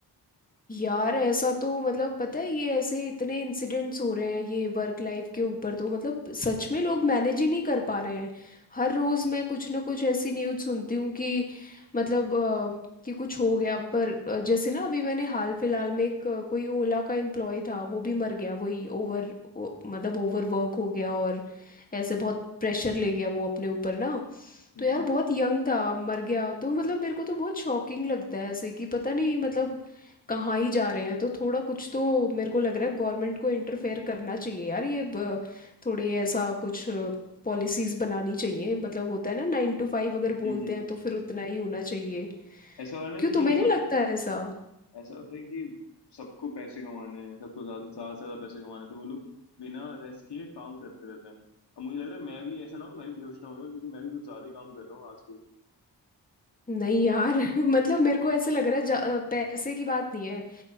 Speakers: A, on the left (about 20°); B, on the left (about 70°).
A: यार ऐसा तो मतलब पता है ये ऐसे इतने इंसिडेंट्स हो रहे हैं ये वर्क लाइफ के ऊपर तो मतलब सच में लोग मैनेज ही नहीं कर पा रहे हैं हर रोज मैं कुछ ना कुछ ऐसी न्यूज़ सुनती हूँ कि मतलब अ, कि कुछ हो गया पर अ, जैसे ना अभी मैंने हाल फिलहाल में एक अ, कोई ओला का एम्प्लॉय था वो भी मर गया वही ओवर मतलब ओवर वर्क हो गया और ऐसे बहुत प्रेशर ले गया वो अपने ऊपर ना
B: हम्म
A: तो यार बहुत यंग था मर गया तो मतलब मेरे को तो बहुत शॉकिंग लगता है ऐसे कि पता नहीं मतलब कहाँ ही जा रहे हैं तो थोड़ा कुछ तो मेरे को लग रहा है गवर्नमेंट को इंटरफेयर करना चाहिए यार ये ब- थोड़े ऐसा कुछ पॉलिसीज बनानी चाहिए मतलब होता है ना नाइन टू फाइव अगर
B: हम्म
A: बोलते
B: हम्म।
A: हैं तो फिर उतना ही होना चाहिए
B: ऐसा हो रहा है
A: क्यों
B: ना
A: तुम्हें
B: कि
A: नहीं लगता है ऐसा
B: ऐसा होता है कि सबको पैसे कमाने हैं सबको ज्यादा ज्यादा से ज्यादा पैसे कमाने हैं तो वो लोग बिना रेस्ट किए काम करते रहते हैं अब मुझे लग रहा है मैं भी ऐसा ना हो मैं भी बेहोश ना हो जाऊं क्योंकि मैं भी कुछ ज्यादा ही काम कर रहा हूँ आजकल
A: नहीं यार <laughs> मतलब मेरे को ऐसे लग रहा है जा- अ, पैसे की बात नहीं है